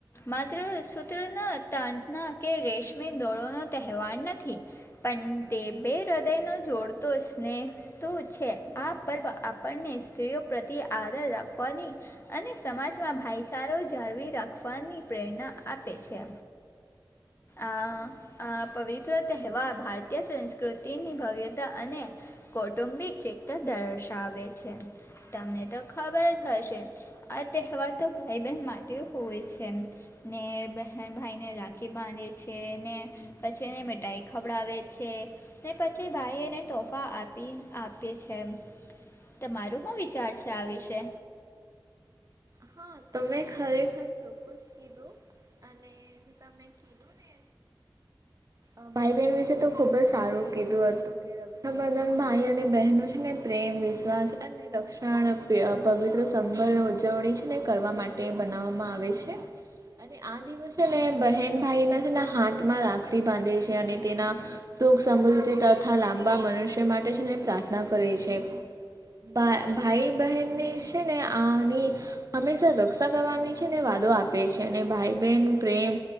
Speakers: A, on the left; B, on the right.
A: માત્ર સુત સૂત્રના તારના કે રેશમી દોરો નો તહેવાર નથી. પણ તે બે હૃદયનો જોડતો સ્નેસ્તુ છે આ પર્વ આપણને સ્ત્રીઓ પ્રતિ આદર રાખવાની અને સમાજમાં ભાઈચારો જાળવી રાખવાની પ્રેરણા આપે છે. અ આ પવિત્ર તહેવાર ભારતીય સંસ્કૃતિની ભવ્યતા અને કૌટુંબિક ચેતા દર્શાવે છે. તમને તો ખબર જ હશે આ તહેવાર તો ભાઈબહેન માટે હોય છે. ને બહેન ભાઈને રાખડી બાંધે છે ને પછી એને મીઠાઈ ખવડાવે છે. તે પછી ભાઈ એને તોફા આપી આપે છે એમ. તમારું હું વિચાર છે આ વિશે?
B: હા તમે ખરેખર ચોકસ કીધું અને હું તા તમે કીધું ને અહ ભાઈ બહેન વિશે તો ખુબ જ સારું કીધું હતું કે રક્ષાબંધન ભાઈ અને બહેનો છે ને પ્રેમ વિશ્વાસ અને તે રક્ષન પી અહ પવિત્ર સંભંધ ઉજવણી છે. ને કરવા માટે બનાવવામાં આવે છે. અને આ દિવસ છે ને બહેન ભાઈના છે ને હાથમાં રાખડી બાંધે છે અને તેના સુખ, સમૃદ્ધિ તથા લાંબા મનુષ્ય માટે છે ને પ્રાર્થના કરે છે. ભા ભાઈ બહેનને છે ને આની હંમેશા રક્ષા કરવાની છે ને વાદો આપે છે અને ભાઈ બહેન પ્રેમ